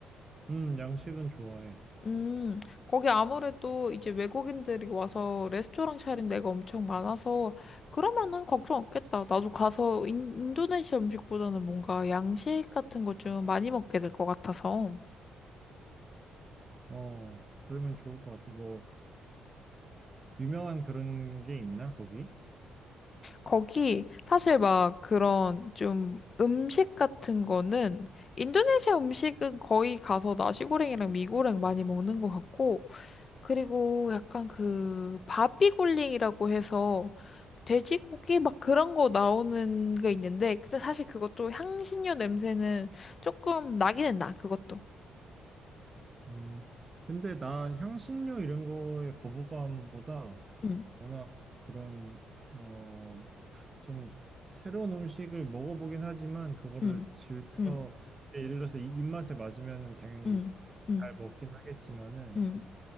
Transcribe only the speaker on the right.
음, 양식은 좋아해.
어, 그러면 좋을 것 같아. 뭐 유명한 그런 게 있나 거기?
음, 근데 나 향신료 이런 거에 거부감보다
워낙 그런 어, 좀 새로운 음식을 먹어보긴 하지만 그거를
즐겨
예, 예를 들어서 이 입맛에 맞으면은 당연히
잘 먹긴 하겠지만은